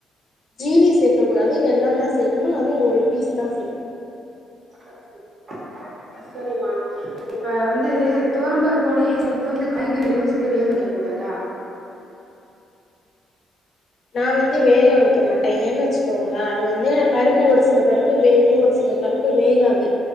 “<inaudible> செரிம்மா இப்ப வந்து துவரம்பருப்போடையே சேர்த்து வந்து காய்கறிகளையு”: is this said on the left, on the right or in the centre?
Right